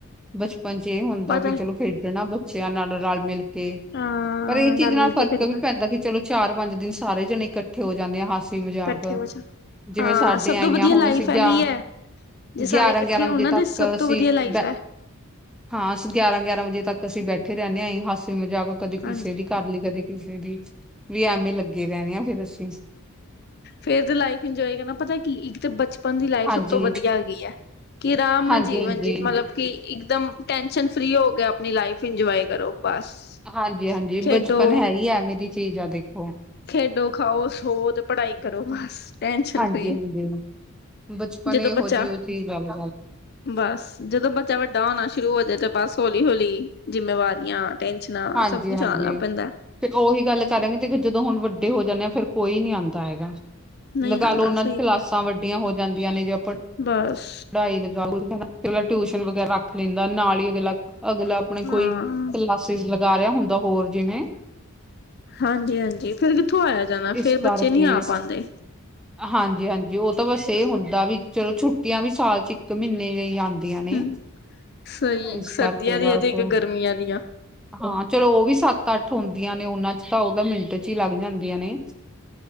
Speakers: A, in the centre; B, on the left (about 45°).
A: ਬਚਪਨ ਚ ਇਹ ਹੁੰਦਾ
B: ਪਤਾ
A: ਕਿ
B: ਹੈ,
A: ਚਲੋ ਖੇਡਣਾ ਬੱਚਿਆਂ ਨਾਲ ਰਲ ਮਿਲ ਕੇ
B: ਹਾਂ
A: ਪਰ ਇਹ ਚੀਜ਼
B: ਰਲ
A: ਨਾਲ
B: ਮਿਲ
A: ਫਰਕ
B: ਕੇ ਖੇਡਣਾ
A: ਵੀ ਪੈਂਦਾ ਕਿ ਚਲੋ ਚਾਰ ਪੰਜ ਦਿਨ ਸਾਰੇ ਜਾਣੇ ਇਕੱਠੇ! ਇਕੱਠੇ ਹੋ ਜਾਂਦੇ ਆ ਹਾਸੀ ਮਜ਼ਾਕ
B: ਇਕੱਠੇ ਹੋ ਜਾ
A: ਜਿਵੇਂ
B: ਹਾਂ
A: ਸਾਡੇ
B: ਸਭ
A: ਆਈਆਂ
B: ਤੋਂ ਵਧੀਆ
A: ਹੁਣ
B: ਲਾਈਫ
A: ਸੀਗਾ
B: ਇਹੀ ਹੈ ਜੇ ਸਾਰੇ
A: ਗਿਆਰਾਂ
B: ਇਕੱਠੇ
A: ਗਿਆਰਾਂ
B: ਹੋਣ
A: ਵਜੇ
B: ਨਾ
A: ਤੱਕ
B: ਤੇ ਸਭ
A: ਅਸੀਂ
B: ਤੋਂ ਵਧੀਆ ਲਾਈਫ
A: ਬ
B: ਹੈ
A: ਹਾਂ ਅਸੀਂ ਗਿਆਰਾਂ ਗਿਆਰਾਂ ਵਜੇ ਤੱਕ ਅਸੀਂ ਬੈਠੇ ਰਹਿੰਦੇ ਹਾਂਸੇ ਮਜ਼ਾਕ ਕਦੇ ਕਿਸੇ
B: ਹਾਂਜੀ
A: ਦੀ ਕਰ ਲਈ ਕਦੇ ਕਿਸੇ ਦੀ ਵੀ ਐਵੇਂ ਲੱਗੇ ਰਹਿਣੇ ਆ ਫੇਰ ਅਸੀਂ।
B: ਫੇਰ ਤੇ ਲਾਈਫ ਇੰਜੋਏ ਕਰਨਾ ਪਤਾ ਕੀ ਇੱਕ ਤਾਂ ਬਚਪਨ ਪਨ ਦੀ ਲਾਈਫ
A: ਹਾਂਜੀ
B: ਸਭ ਤੋਂ ਵਧੀਆ ਹੈਗੀ ਹੈ ਕਿ ਆਰਾਮ ਨਾਲ
A: ਹਾਂਜੀ
B: ਜੀਵਨ
A: ਹਾਂਜੀ
B: ਜੀ ਮਤਲਬ ਕਿ ਇਕਦਮ ਟੈਨਸ਼ਨ ਫ੍ਰਰੀ ਹੋ ਕੇ ਆਪਣੀ ਲਾਈਫ ਇੰਜੋਏ ਕਰੋ ਬਸ।
A: ਹਾਂਜੀ ਹਾਂਜੀ
B: ਖੇਡੋ,
A: ਬਚਪਨ ਹੈ ਹੀ ਐਵੇੇ ਦੀ ਚੀਜ਼ ਆ ਦੇਖੋ
B: ਖੇਡੋ ਖਾਓ ਸੋਵੋ ਤੇ ਪੜ੍ਹਾਈ ਕਰੋ ਬਸ ਟੈਸ਼ਨ
A: ਹਾਂਜੀ
B: ਫ੍ਰੀ।
A: ਹਾਂਜੀ ਬਚਪਨ
B: ਜਦੋਂ
A: ਇਹੋ
B: ਬੱਚਾ
A: ਜਿਹੀ ਉਹ ਜਿਹੀ ਗੱਲ
B: ਬਸ ਜਦੋਂ ਬੱਚਾ ਵੱਡਾ ਹੋਣਾ ਸ਼ੁਰੂ ਹੋ ਜਾਵੇ ਤਾਂ ਬਸ ਹੌਲੀ ਹੌਲੀ ਜਿੰਮੇਵਾਰੀਆਂ ਟੈਨਸ਼ਨਾਂ
A: ਹਾਂਜੀ
B: ਸਭ ਕੁੱਛ
A: ਹਾਂਜੀ
B: ਆਉਣ ਲੱਗ ਪੈਂਦਾ
A: ਫਿਰ ਉਹੀ ਗੱਲ ਕਰਾਂਗੇ ਤੇ ਕਿ ਜਦੋਂ ਹੁਣ ਵੱਡੇ ਹੋ ਜਾਂਦੇ ਆ ਫਿਰ ਕੋਈ ਨੀ ਆਉਂਦਾ ਹੈਗਾ।
B: ਨਹੀਂ
A: ਲਗਾ
B: ਆਂਦਾ
A: ਲੋ ਉਹਨਾਂ
B: ਸਹੀ
A: ਦੀ ਕਲਾਸਾਂ
B: ਕਿਹਾ
A: ਵੱਡੀਆਂ ਹੋ ਜਾਂਦੀਆਂ ਨੇ ਜੇ ਪ
B: ਬਸ
A: ਪੜ੍ਹਾਈ ਲਗਾਊਗ ਟਿਊਸ਼ਨ ਵਗੈਰਾ ਰੱਖ ਲੈਂਦਾ ਨਾਲ ਹੀ ਅਗਲਾ ਅਗਲਾ ਆਪਣੇ
B: ਹਾਂ।
A: ਕੋਈ ਕਲਾਸਿਸ ਲਗਾ ਰਿਹਾ ਹੁੰਦਾ ਹੋਰ ਜਿਵੇਂ
B: ਹਾਂਜੀ ਹਾਂਜੀ ਫੇਰ ਕਿੱਥੋਂ ਆਇਆ ਜਾਣਾ
A: ਇਸ
B: ਫੇਰ ਬੱਚੇ
A: ਕਰਕੇ
B: ਨਹੀਂ ਆ ਆਂਦੇ
A: ਹਾਂਜੀ ਹਾਂਜੀ ਉਹ ਤਾਂ ਬਸ ਇਹ ਹੁੰਦਾ ਵੀ ਚਲੋ ਛੁੱ ਛੁੱਟੀਆਂ ਵੀ ਸਾਲ ਚ ਇਕ ਮਹੀਨੇ ਆਂਦੀਆਂ
B: ਹੂੰ।
A: ਨੇ
B: ਸਹੀ
A: ਇਸ
B: ਸਰਦੀਆਂ
A: ਕਰਕੇ
B: ਦੀਆਂ
A: ਬਸ
B: ਤੇ ਇੱਕ ਗਰਮੀਆਂ ਦੀਆਂ
A: ਹਾਂ ਚਲੋ ਉਹ ਵੀ ਸੱਤ ਅੱਠ ਹੁੰਦੀਆਂ ਨੇ ਉਹਨਾਂ ਚ ਤਾਂ ਉਹ ਤਾਂ ਮਿੰਟ ਚ ਹੀ ਲੱਗ ਜਾਂਦੀਆਂ ਨੇ